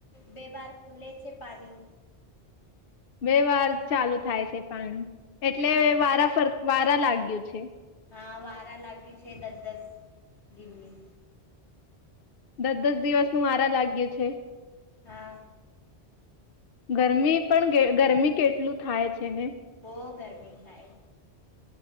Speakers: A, on the left; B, on the left.
A: બે વાર ખુલે છે પાણી
B: બે વાર ચાલુ થાય છે પાણી એટલે
A: હા
B: વારા ફર વારા લાગ્યું છે
A: હા વારા લાગી છે દસ દસ દિલ્ની
B: દસ દસ દિવસ નું મારા લાગ્યું છે
A: હા
B: ગરમી પણ ગરમી કેટલું થાય છે ને
A: બહ ગરમી થાય